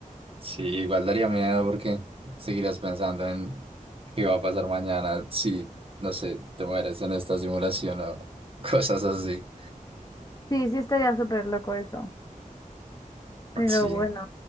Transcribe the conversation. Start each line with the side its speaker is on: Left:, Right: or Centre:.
Right: Sí, igual daría miedo porque seguirías pensando en qué va a pasar mañana si, no sé, te mueres en esta simulación o <laughs> cosas así.
Left: Sí, sí estaría súper loco eso. Pero
Right: Sí,
Left: bueno,